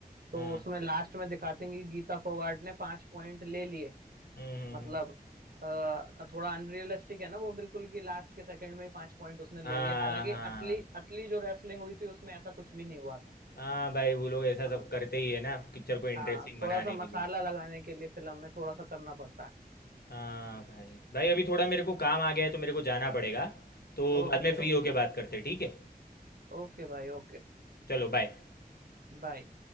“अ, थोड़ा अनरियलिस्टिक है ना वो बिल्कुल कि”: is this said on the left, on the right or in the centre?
Right